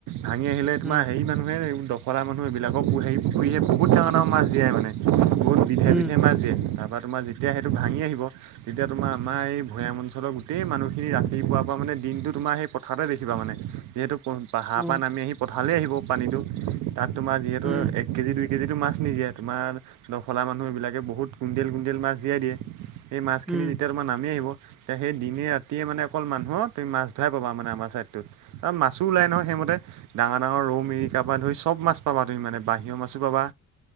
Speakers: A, on the right; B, in the centre.
A: ভাঙি আহিলে
B: উম
A: তোমাৰ হেৰি মানুহ <unintelligible> মানুহ এবিলাকক পুহে পুখুৰীয়ে বহুত ডাঙৰ - ডাঙৰ মাছ দিয়ে মানে বহুত বিধে
B: উম
A: -বিধে মাছ দিয়ে তাৰপা তোমাৰ যেতিয়া সেইটো ভাঙি আহিব যেতিয়া তোমাৰ আমাৰ এই ভৈয়াম অঞ্চলৰ গোটেই মানুহখিনি ৰাতিপুৱাৰ পৰা মানে দিনটো তোমাৰ সেই পথাৰতে দেখিবা মানে যিহেতু প পাহাৰৰ
B: উম
A: পৰা নামি আহি পথাৰলে আহিব পানীটো তাত তোমাৰ যিহেতু
B: উম
A: এক এক কেজি, দুই কেজিটো মাছ নিদিয়ে তোমাৰ দখলা মানুহ এইবিলাকে বহুত কুইণ্টেল- কুইণ্টেল মাছ জিয়াই দিয়ে। এই মাছখিনি
B: উম
A: যেতিয়া তোমাৰ নামি আহিব এতিয়া সেই দিনে ৰাতিয়ে মানে অকল মানুহ তুমি মাছ ধৰাই পাবা মানে আমাৰ ছাইডটোত। অ, মাছো ওলাই নহয় সেইমতে ডাঙৰ -ডাঙৰ ৰৌ <unintelligible> তাপা ধৰি চব মাছ পাবা তুমি মানে বাহিৰা মাছো পাবা